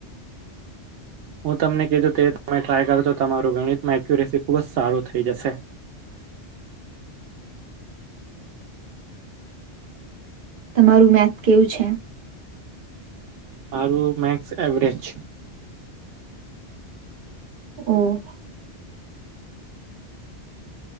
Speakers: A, on the right; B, on the right.
A: હું તમને કીધું તે તમે ટ્રાય કરો તો તમારું ગણિતમાં એક્યુરેસી ખુબ સારુ થઈ જશે.
B: તમારું મેથ કેવું છે.
A: મારું મેક્સ એવરેજ.
B: ઓ